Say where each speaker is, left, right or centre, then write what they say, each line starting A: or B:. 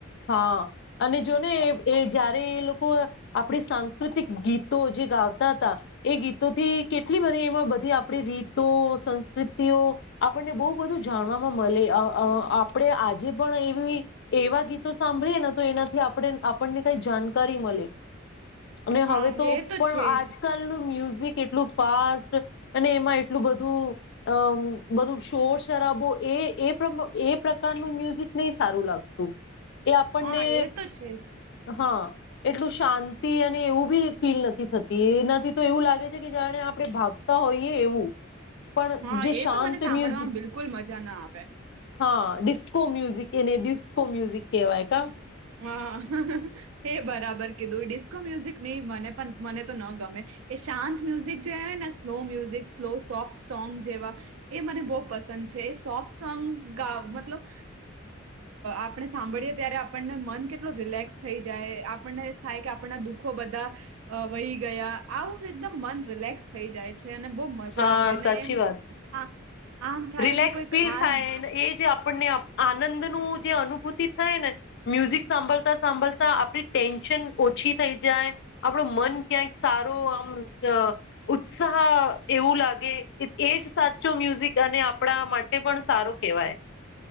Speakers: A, on the left (about 60°); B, on the right (about 80°).
A: હા અને જો ને એ જયારે એ લોકો આપણી સાંસ્કૃતિક ગીતો જે ગાવતા હતા. એ ગીતોથી કેટલી બધી એમાં બધી આપણી રીતો, સંસ્કૃતિઓ આપણને બહુ બધું જાણવામાં મલે આપણે આજે પણ એવી એવા ગીત તો સાંભળીએે ને તો એનાથી આપણે આપણને કઈ જાનકારી મલે. અને હવે
B: હા
A: તો
B: એ
A: પણ
B: છે
A: આજકાલનું
B: જ
A: મ્યુઝ ઝીક એટલું ફાસ્ટ અને એમાં એટલું બધું અ બધું શોર શરાબો એ એ પ્રકારનું મ્યુઝિક નહીં સારું લાગતું. એ આપણને
B: હા એ તો છે જ
A: હા એટલું શાંત તે અને એવું બી ફીલ નથી થતી એનાથી તો એવું લાગે છે કે જાણે આપણે ભાગતા હોઈએ એવું. પણ
B: હા
A: જે
B: એ
A: શાંત
B: તો મને સાંભળવામાં
A: મ્યુઝિક
B: બિલકુલ મજા ના આવે.
A: હા ડિસ્કો મ્યુઝિક એને ડિસ્કો મ્યુઝિક કેવાય ક
B: હા એ બરાબર કીધું, ડિસ્કો મ્યુઝિક ની મને પણ, મને તો ન ગમે. એ શાંત મુઝિક જે ને slow music, slow soft song જેવા એ મને બહુ પસંદ છે. એ સોફ્ટ સોંગ ગા અ મતલબ આપણે સાંભળીએ ત્યારે આપણને મન કેટલું રિલેક્સ થઈ જાય. આપણને થાય કે આપણના દુઃખો બધા વહી ગયા. આવું એકદમ મન રિલેક્સ થઈ જાય છે. અને બહુ મજા
A: હા
B: આવેને
A: સાચી
B: એમ
A: વાત
B: આ આમ થાય
A: રિલેક્સ
B: કે કોઈ
A: ફીલ
B: ખાસ
A: થાયને એજ આપણને આનંદ નું જે અનુભૂતિ થાય ને મ્યુઝિક સાંભળતા સાંભળતા આપડી ટેન્શન ઓછી થઈ જાય. આપડો મન ક્યાંક સારો આમ અ ઉત્સાહ એવું લાગે. એજ સાચો મ્યુઝિક અને આપણા માટે પણ સારું કેવાય.